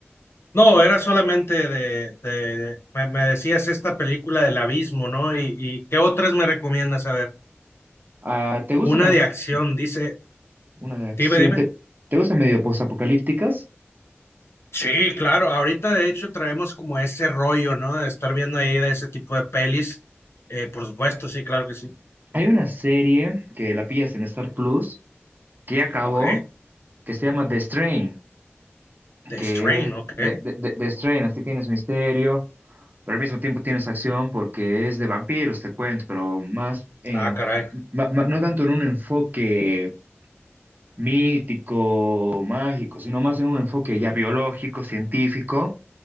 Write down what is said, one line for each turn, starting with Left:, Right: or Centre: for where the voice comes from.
Left: No, era solamente de, de- me, me decías esta película del abismo, ¿no? Y, y ¿qué otras me recomiendas? A ver.
Right: Ah, ¿te gustan
Left: Una
Right: las
Left: de acción, dice
Right: Una de acción.
Left: Dime, dime.
Right: ¿Te, te gustan medio postapocalípticas?
Left: Sí, claro. Ahorita de hecho traemos como ese rollo, ¿no? De estar viendo ahí de ese tipo de pelis. Eh, por supuesto, sí, claro que sí.
Right: Hay una serie que la pillas en Star Plus que ya acabó,
Left: Ok.
Right: que se llama The Strain,
Left: The
Right: que
Left: Strain, ok.
Right: de, de- de- The Strain, así tienes misterio, pero al mismo tiempo tienes acción porque es de vampiros, te cuento, pero más, en-
Left: Ah, caray.
Right: ma- ma- no tanto en un enfoque mítico, mágico, sino más en un enfoque ya biológico, científico.